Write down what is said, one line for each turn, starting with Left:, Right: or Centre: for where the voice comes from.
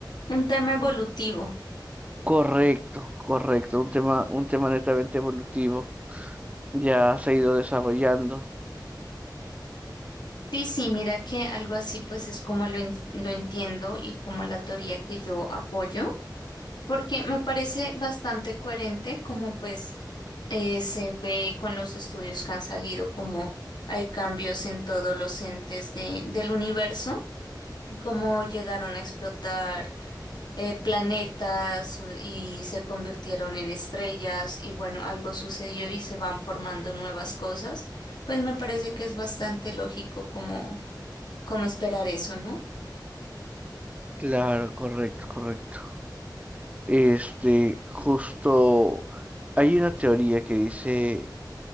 Left: Un tema evolutivo.
Right: correcto, correcto, un tema, un tema netamente evolutivo. Ya se ha ido desarrollando.
Left: Sí, sí, mira que algo así pues es como lo, en- lo entiendo y como la teoría que yo apoyo, porque me parece bastante coherente como pues eh, se ve con los estudios que han salido, como hay cambios en todos los entes de, del universo, cómo llegaron a explotar eh, planetas u- y se convirtieron en estrellas y bueno, algo sucedió y se van formando nuevas cosas, pues me parece que es bastante lógico como, como esperar eso, ¿no?
Right: Claro, correcto, correcto. Este, justo hay una teoría que dice